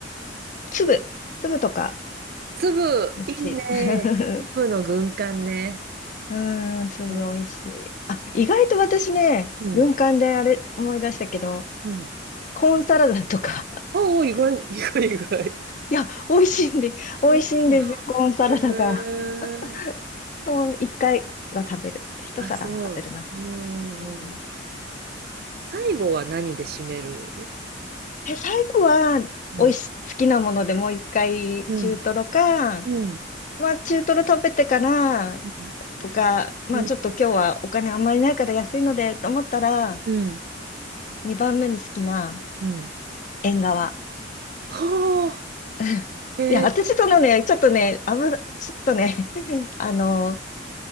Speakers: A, on the left (about 40°); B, on the right (about 55°).
A: 粒、粒とか、
B: 粒、
A: 美味しい。
B: いいね。
A: <laughs>
B: 粒の軍艦ね。
A: うーん、粒美味しい。
B: うん、
A: あ、意外と私ね、
B: うん、
A: 軍艦であれ思い出したけど、
B: うん。
A: コーンサラダとか、<laughs>
B: おお、意外、<laughs> 意外、意外。
A: いや、美味しいんで、美味しいんですよ、
B: 美味しいな。
A: コーンサラダが。
B: へえ。
A: <laughs> もう一回は食べる。一皿は食べるな。
B: あ、そう。うん。
A: うん
B: うん最後は何で締める
A: え、最後は、おいし、
B: うん、
A: 好きなものでもう一回中トロか、
B: うん、うん、
A: まあ中トロ食べてから
B: うん、
A: とか、まあちょっと今日はお金あんまりないから安いのでと思ったら、
B: うん、うん。
A: 2番目に好きな
B: うん
A: 縁側。
B: はあ、
A: <laughs>
B: へえ、
A: いや、私そのね、ちょっとね、あぶ、ちょっとね、<laughs> あの、